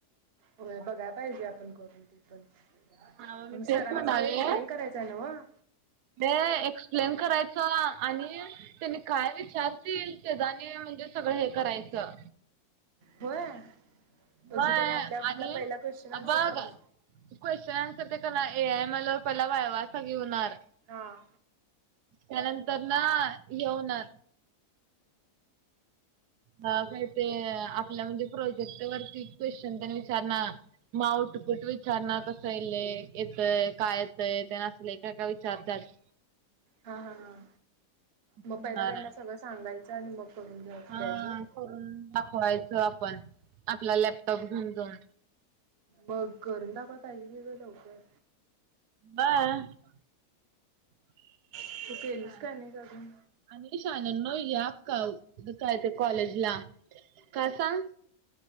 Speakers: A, on the right; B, on the right.
A: होय बघाय पाहिजे आपण करून ते. आणि
B: हा मग मी
A: सरांना
B: तेच म्हणाले
A: सगळं एक्सप्लेन करायचं आहे नव्ह?
B: ते एक्सप्लेन करायचं आणि त्यांनी काय विचारतील तेच आणी म्हणजे सगळं हे करायचं.
A: होय म्हणजे
B: ब आणि
A: त्यांनी आपल्याला पहिला क्वेश्चन आन्सर
B: बघ
A: करणार.
B: क्वेश्चन आन्सर ते करणार ए आय एम एल वर पहिला वायवा सगळी होणार.
A: हां.
B: त्यानंतर ना हे होणार अ काय ते आपल्या म्हणजे प्रोजेक्ट वरती क्वेश्चन तेन विचारणार. मग आउटपुट विचारणार कसं येलय येतंय का येतंय तेन असले <unintelligible> विचारतात.
A: हां हां हां
B: होणार
A: मग पहिला त्यांना
B: आहे.
A: सगळं सांगायचं आणि मग करून घ्या
B: हा
A: द्यायचंय होय!
B: करून दाखवायचं आपण, आपला लॅपटॉप घेऊन.
A: मग करून दाखवाय पाहिजे की गं लवकर!
B: बा <unintelligible> <inaudible> असं
A: तू केलीस
B: आहे
A: का नाही अजून
B: आणि शहाण्यांनो या का काय ते कॉलेजला. का सांग!